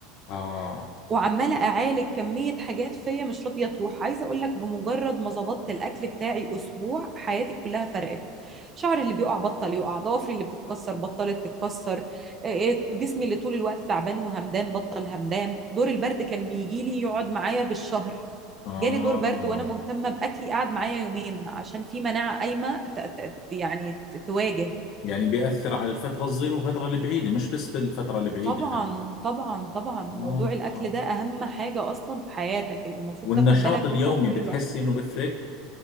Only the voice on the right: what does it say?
وعماله اعالج كميه حاجات فيا مش راضيه تروح عايزه اقول لك بمجرد ما ظبطت الاكل بتاعي اسبوع حياتي كلها فرقت شعري اللي بيقع بطل يقع ضوافري اللي بتتكسر بطلت تتكسر آه، آه، جسمي اللي طول الوقت تعبان وهمدان بطل همدان دور البرد كان بيجي لي يقعد معايا بالشهر
جالي دور برد وانا مهتمه باكلي قعد معايا يومين عشان في مناعه قايمه ت- ت- يعني ت- تواجه
طبعا
طبعا طبعا موضوع
الاكل
ده اهم حاجه اصلا في حياتك المفروض
تاخد بالك
منها طول
الوقت